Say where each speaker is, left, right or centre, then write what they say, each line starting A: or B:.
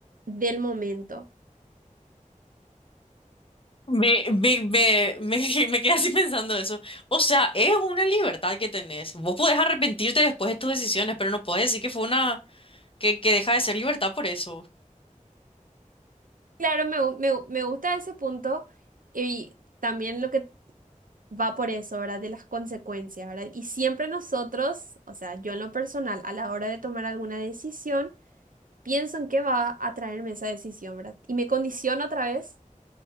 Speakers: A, on the right (about 85°); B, on the left (about 40°).
A: del momento.
B: Me, me, me, me, <laughs> me quedé así pensando eso. O sea, es una libertad que tenés. Vos podés arrepentirte después de tus decisiones, pero no podés decir que fue una, que, que deja de ser libertad por eso.
A: Claro, me, gu- me gu- me gusta ese punto y también lo que va por eso, ¿verdad? De las consecuencias, ¿verdad? Y siempre nosotros, o sea, yo en lo personal, a la hora de tomar alguna decisión, pienso en qué va a traerme esa decisión, ¿verdad? Y me condiciona otra vez